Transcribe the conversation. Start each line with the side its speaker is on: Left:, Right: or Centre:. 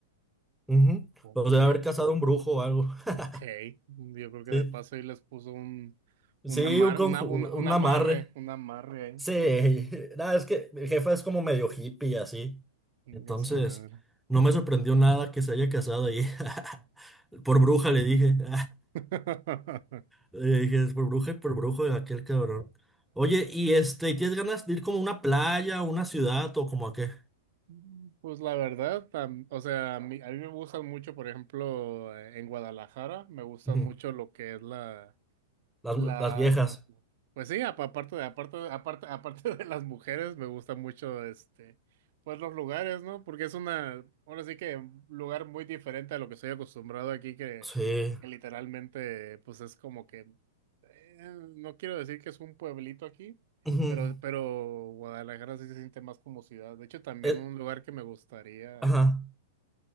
Centre: Ujú.
Right: Ok,
Centre: Los debe haber casado
Right: o-
Centre: un brujo o algo.
Right: ok.
Centre: <laughs>
Right: Yo creo que
Centre: Sí,
Right: de paso ahí les puso un, un
Centre: sí,
Right: amar,
Centre: un
Right: una,
Centre: conju-
Right: una, un
Centre: un
Right: amarre,
Centre: amarre.
Right: un amarre ahí.
Centre: Sí,
Right: <laughs>
Centre: <laughs> nada, es que mi jefa es como medio hippie y así.
Right: Venga
Centre: Entonces,
Right: su madre.
Centre: no me sorprendió nada que se haya casado ahí. <laughs> Por bruja le dije. <laughs>
Right: <laughs>
Centre: Le dije, es por bruja y por brujo de aquel cabrón. Oye, y este, ¿tienes ganas de ir como a una playa, a una ciudad o como a qué?
Right: Mm, Pues la verdad, tam- o sea, a mí, a mí me gustan mucho, por ejemplo, eh, en Guadalajara, me gusta
Centre: Ujú.
Right: mucho lo que es la,
Centre: Las,
Right: la,
Centre: las viejas.
Right: la- pues sí, apa- aparte de, aparte, aparte, aparte de las mujeres, me gusta mucho este, pues los lugares, ¿no? Porque es una, ahora sí que un lugar muy diferente a lo que estoy acostumbrado aquí, que,
Centre: Sí.
Right: que literalmente, pues es como que, eh, no quiero decir que es un pueblito aquí,
Centre: Ujú.
Right: pero, pero Guadalajara sí se siente más como ciudad. De hecho, también
Centre: Eh,
Right: un lugar que me gustaría,
Centre: ajá.